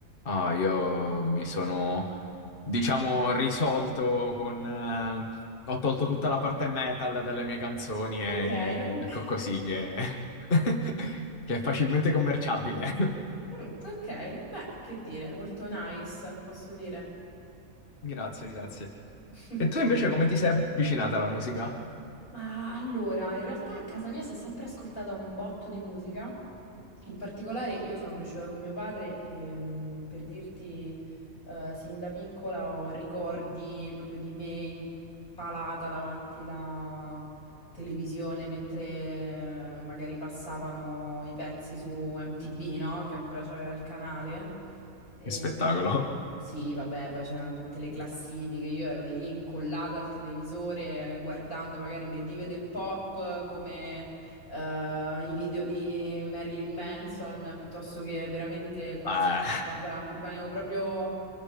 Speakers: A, on the left (about 40°); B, on the left (about 85°).
A: Ah, io mi sono, diciamo, risolto con... eh, ho tolto tutta la parte metal dalle mie canzoni
B: Ok,
A: e-
B: ok.
A: ed ecco così che, <laughs> che è facilmente commerciabile.
B: Mm, ok, beh, che dire, molto nice, posso dire.
A: Grazie, grazie.
B: <laughs>
A: E tu invece come ti sei avvicinata alla musica?
B: Ma allora, in realtà a casa mia si è sempre ascoltata un botto di musica. In particolare io sono cresciuta con mio padre e mm, per dirti, eh, sin da piccola ho ricordi proprio di me impalata davanti la televisione mentre eh, magari passavano i pezzi su MTV, no? Che ancora c'aveva il canale. E-
A: Che spettacolo.
B: sì, vabbè, poi c'erano tutte le classifiche, io ero lì incollata al televisore eh, guardando magari le dive del pop eh, come eh, i video di Marilyn Manson piuttosto che veramente qualsiasi
A: Eh,
B: cosa, rimanevo proprio